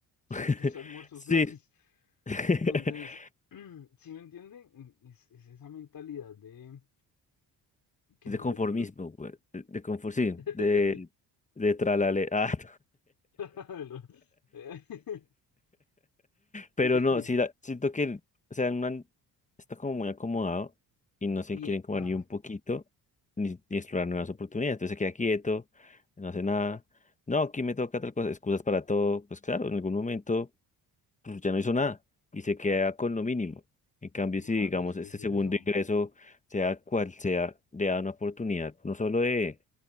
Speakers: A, on the left; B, on the left.
A: Sí,
B: <laughs>
A: dos almuerzos
B: Sí.
A: gratis. Entonces,
B: <laughs>
A: <clears throat> si me entienden? Es, es esa mentalidad de que
B: De
A: no
B: conformismo,
A: es de tiburón.
B: güey. De, de confor- sí,
A: <laughs>
B: de, de tralale. Ah. <laughs>
A: Claro. Eh, <laughs>
B: Pero
A: Sí.
B: no, sí, la- siento que, o sea, el man está como muy acomodado y no se
A: Y,
B: quieren como
A: ah,
B: ni un poquito ni, ni explorar nuevas oportunidades. Entonces se queda quieto, no hace nada. No, aquí me toca tal cosa, excusas para todo. Pues claro, en algún momento pues ya no hizo nada y se queda con lo mínimo. En cambio,
A: claro,
B: si digamos
A: es que
B: este
A: es eso.
B: segundo ingreso, sea cual sea, le da una oportunidad no solo de